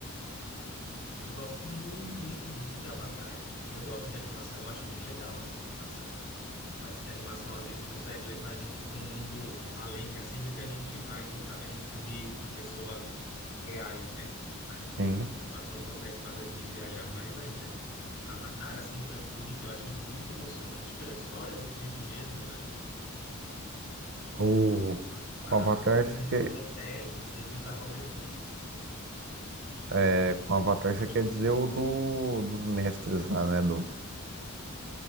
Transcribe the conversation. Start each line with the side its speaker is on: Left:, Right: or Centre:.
Left: Eu gosto muito, muito, muito de Avatar. Eu gosto de animação, eu acho bem legal, assim, a animação. Eu acho que a animação às vezes consegue levar a gente para um mundo além, assim, do que a gente vai quando tá vendo um filme com pessoas reais, né? A
Right: Sim.
Left: animação consegue fazer a gente viajar mais ainda. Avatar, assim, foi um filme que eu achei muito emocionante pela história do filme mesmo, né? E
Right: O, com
Left: a,
Right: Avatar
Left: como
Right: você
Left: eles
Right: quer,
Left: protegem, a gente devia usar como exemplo.
Right: é, com Avatar
Left: Pode,
Right: você quer dizer o do, dos mestres lá, né? Do,